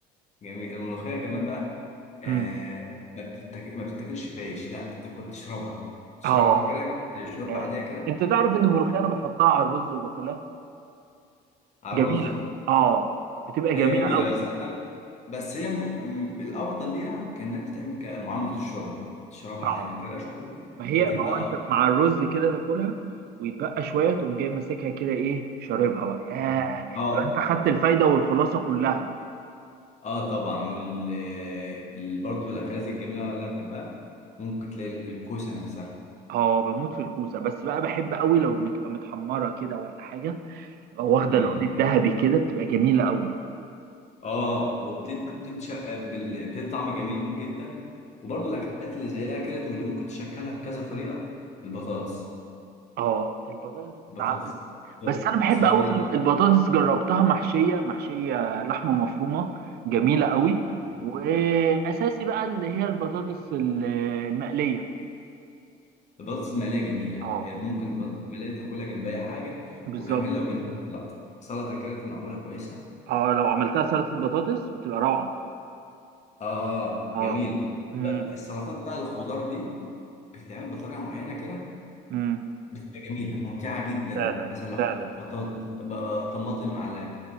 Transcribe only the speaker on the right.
مم.
اه
ياه.
انت تعرف ان الملوخيه انا بحطها على الرز وباكلها
جميله
اه بتبقى
جميله
قوي
ما هي
ما هو انت
مع الرز كده تاكلها ويتبقى شويه تقوم جاي ماسكها كده ايه شاربها بقى ياه
تبقى انت خدت الفايده والخلاصه كلها
اه بموت في الكوسه بس بقى بحب قوي لو بتبقى متحمره كده ولا حاجه يبقى واخده
اللون الذهبي كده بتبقى جميله قوي
اه البطاطس بتتعمل
بس انا بحب
قوي في البطاطس جربتها محشيه محشيه لحمه مفرومه جميله قوي
واساسي بقى اللي هي البطاطس ال- المقليه
اه
بالظبط
اه لو عملتها سلطة بطاطس بتبقى روعة
اه
امم
امم
فعلا
فعلا